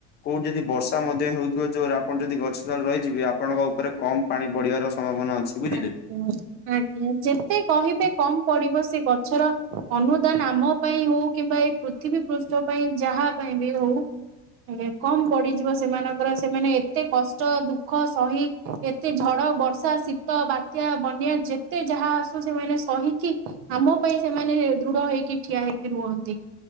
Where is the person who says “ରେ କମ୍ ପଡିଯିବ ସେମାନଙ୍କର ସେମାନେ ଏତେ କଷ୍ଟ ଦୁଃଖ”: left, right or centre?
Right